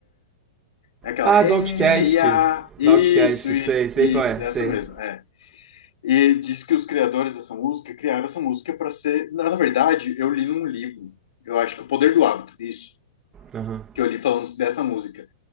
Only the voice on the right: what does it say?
Ah,
do Outcast.
Do Outcast,
sei, sei
qual é,
sei.
Aham.